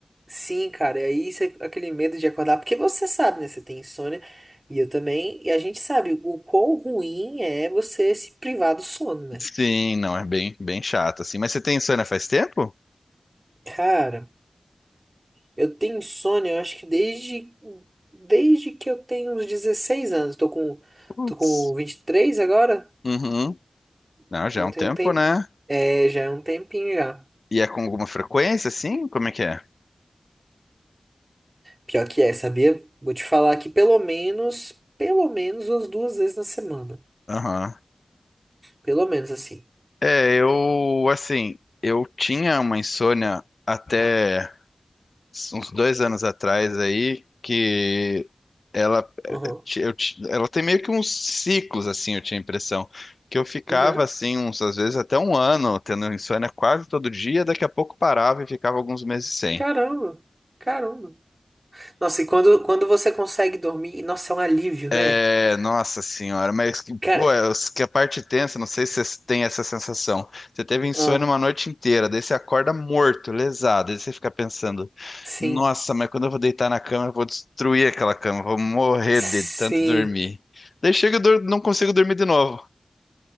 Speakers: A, on the right; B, on the left.
A: sim, cara. E aí isso é aquele medo de acordar, porque você sabe, né? Você tem insônia, e eu também, e a gente sabe o quão ruim é você se privar do sono, né?
B: Sim, não, é bem, bem chato, assim. Mas você tem insônia faz tempo?
A: Cara. Eu tenho insônia, eu acho que desde, desde que eu tenho uns 16 anos. Tô com,
B: Putz.
A: tô com 23 agora,
B: Uhum. Não,
A: então
B: já é um
A: tem
B: tempo,
A: um tempo.
B: né?
A: É, já é um tempinho já.
B: E é com alguma frequência, assim? Como é que é?
A: Pior que é, sabia? Vou te falar que pelo menos, pelo menos umas duas vezes na semana.
B: Aham.
A: Pelo menos assim.
B: É, eu, assim, eu tinha uma insônia até uns dois anos atrás aí, que ela,
A: Uhum.
B: ti- eu, ti- ela tem meio que uns ciclos, assim, eu tinha a impressão, que eu ficava,
A: Uhum.
B: assim, uns, às vezes até um ano tendo insônia quase todo dia, daqui a pouco parava e ficava alguns meses sem.
A: Caramba, caramba. Nossa, e quando, quando você consegue dormir, nossa, é um alívio, né?
B: É, nossa senhora, mas que,
A: Cara,
B: pô, é, os- que a parte tensa, não sei se você tem essa sensação. Você teve insônia
A: ah,
B: uma noite inteira, daí você acorda morto, lesado, daí você fica pensando,
A: sim,
B: nossa, mas quando eu vou deitar na cama, eu vou destruir aquela cama, vou morrer
A: sim.
B: de tanto dormir. Daí chega, e dur- não consigo dormir de novo.